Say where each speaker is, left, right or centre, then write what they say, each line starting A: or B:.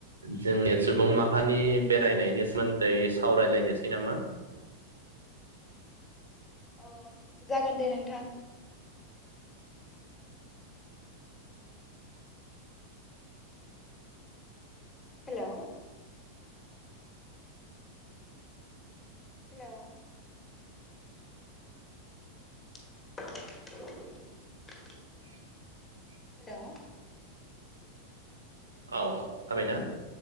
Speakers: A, on the right; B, on the left.
A: जोंनि सुबुं माहानि बेरायनायनि सोमोन्दै सावरायलायनोसै नामा
B: अ जागोन दे नोंथां हेलौ हेलौ <inaudible>
A: <inaudible>
B: हेलौ
A: औ थाबायना